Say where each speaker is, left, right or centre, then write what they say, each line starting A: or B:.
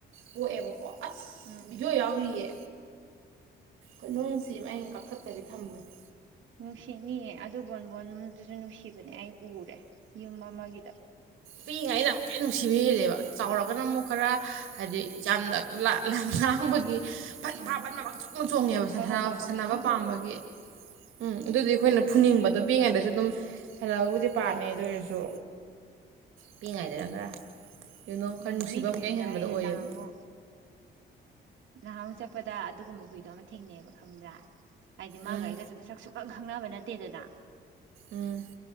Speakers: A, on the right (about 80°); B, on the right (about 70°).
A: ꯑꯣ ꯑꯦꯕ ꯀꯣ ꯑꯁ
B: ꯎꯝ
A: ꯕꯤꯖꯣ ꯌꯥꯎꯔꯤꯌꯦ ꯣꯏ ꯅꯨꯡꯁꯤ ꯃꯌꯦꯡ ꯀꯥꯊꯛꯇꯕꯤ ꯊꯝꯕꯅꯤ
B: ꯅꯨꯡꯁꯤꯅꯤꯌꯦꯦ ꯑꯗꯨ ꯃꯗꯨꯁꯨ ꯅꯨꯡꯁꯤꯕꯅꯦ ꯑꯩ ꯎꯔꯦ ꯌꯨꯝ ꯑꯃꯒꯤꯗ
A: ꯄꯤꯛꯏꯉꯥꯏꯩꯅ ꯑꯃꯨꯛꯀꯩ ꯅꯨꯡꯁꯤꯕ ꯍꯦꯜꯂꯦꯕ ꯆꯥꯎꯔꯒꯅ ꯑꯃꯨꯛ ꯈꯔ ꯍꯥꯏꯗꯤ ꯌꯥꯝꯅ ꯂꯝ ꯁꯥꯡꯕꯒꯤ ꯐꯟ
B: ꯎꯝ
A: ꯐꯥ ꯐꯟ ꯑꯃꯀꯛ ꯆꯣꯡꯅ ꯆꯣꯡꯉꯦꯕ
B: ꯍꯣꯏ ꯍꯣꯏ ꯍꯣꯏ ꯀꯣꯛꯆꯣꯡ
A: ꯁꯥꯟꯅꯕ
B: ꯆꯣꯡꯕꯗꯣ
A: ꯄꯥꯝꯕꯒꯤ ꯎꯝ ꯑꯗꯨꯗꯤ ꯑꯩꯈꯣꯏꯅ ꯐꯨꯅꯤꯡꯕꯗꯣ ꯄꯛꯉꯩꯗꯁꯨ ꯑꯗꯨꯝ ꯁꯥꯟꯅꯕꯕꯨꯗꯤ ꯄꯥꯝꯃꯦ ꯑꯗꯨꯔꯁꯨ ꯄꯤꯛꯉꯥꯏꯗꯅ ꯈꯔ ꯌꯨꯅꯣ ꯈꯔ
B: ꯎꯝ
A: ꯅꯨꯡꯁꯤꯕ
B: ꯃꯤꯒꯤ
A: ꯑꯃꯨꯛꯀ
B: ꯃꯌꯨꯝꯗ
A: ꯍꯦꯟꯕꯗꯣ
B: ꯑꯩꯅ
A: ꯑꯣꯏꯌꯦꯕ
B: ꯅꯍꯥꯟꯃꯨꯛ ꯅꯍꯥꯟ ꯆꯠꯄꯗ ꯑꯗꯨꯒꯨꯝꯕ ꯍꯨꯏꯗꯣ ꯑꯃ ꯊꯦꯡꯅꯩꯑꯕ ꯈꯪꯕ꯭ꯔꯥ ꯍꯥꯏꯗꯤ ꯃꯥꯒ
A: ꯎꯝ
B: ꯑꯩꯒꯁꯦ ꯃꯁ ꯁꯁꯨꯨꯛ ꯈꯪꯅꯕ ꯅꯠꯇꯦꯗꯗꯥ
A: ꯑꯦꯝ